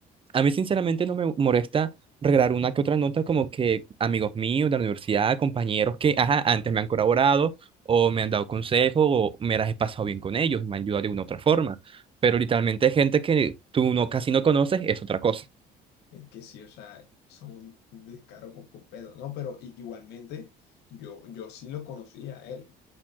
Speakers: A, on the right; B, on the left.
A: A mí sinceramente no me molesta regalar una que otra nota como que amigos míos de la universidad, compañeros que, ajá, antes me han colaborado o me han dado consejo o me las he pasado bien con ellos y me han ayudado de una u otra forma. Pero literalmente gente que tú no, casi no conoces es otra cosa.
B: Es que sí, o sea, son un un descaro con completo. No, pero i- igualmente yo, yo sí lo conocía a él